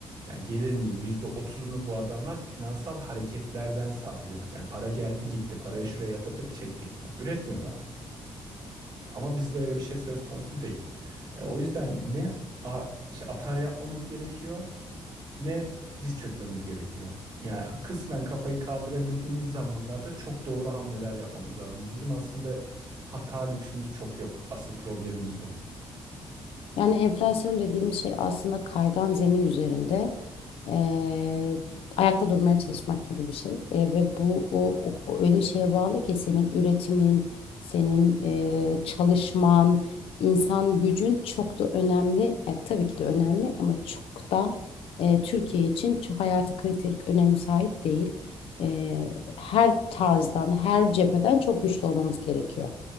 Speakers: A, on the right; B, on the left.
A: Yani gelirinin yüzde otuzunu bu adamlar finansal hareketlerden sağlıyor. Yani para geldi gitti. Parayı şuraya yatırdık çektik. Bak üretmiyorlar. Ama bizde öyle bir şey söz konusu değil. E, o yüzden ne a- şey, atar yapmamız gerekiyor ne diz çökmemiz gerekiyor. Yani kısmen kafayı kaldırabildiğimiz zamanlarda çok doğru hamleler yapmamız lazım. Bizim aslında hata lüksümüz çok yok. Asıl problemimiz bu.
B: Yani enflasyon dediğimiz şey aslında kaygan zemin üzerinde eee, ayakta durmaya çalışmak gibi bir şey. E, ve bu o, o- o öyle şeye bağlı ki senin üretimin, senin eee, çalışman, insan gücün çok da önemli. E, tabii ki de önemli ama çok da e, Türkiye için çok hayati kriterik önemi sahip değil. E, her tarzdan, her cepheden çok güçlü olmamız gerekiyor.